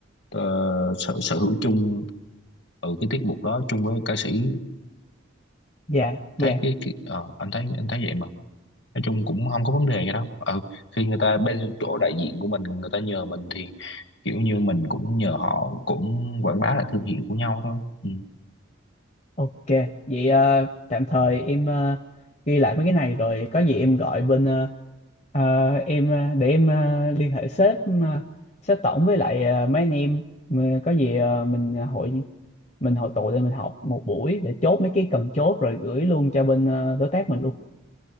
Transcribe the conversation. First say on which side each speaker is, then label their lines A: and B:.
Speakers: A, on the left; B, on the left.
A: ờ, sở, sở hữu chung ở cái tiết mục đó chung với ca sĩ
B: dạ dạ
A: thấy cái, cái ờ, anh thấy anh thấy vậy mà nói chung cũng không có vấn đề gì đâu ừ, khi người ta bên chỗ đại diện của mình người ta nhờ mình thì kiểu như mình cũng nhờ họ cũng quảng bá lại thương hiệu của nhau thôi Ừ.
B: ok vậy ờ, tạm thời em ờ, ghi lại mấy cái này rồi có gì em gọi bên ờ, ờ, em ờ, để em ờ, liên hệ sếp ờ, sếp tổng với lại ờ, mấy anh em Mà có gì ờ, mình ờ, hội mình hội tụ lên mình học một buổi để chốt mấy cái cần chốt rồi gửi luôn cho bên ờ, đối tác mình luôn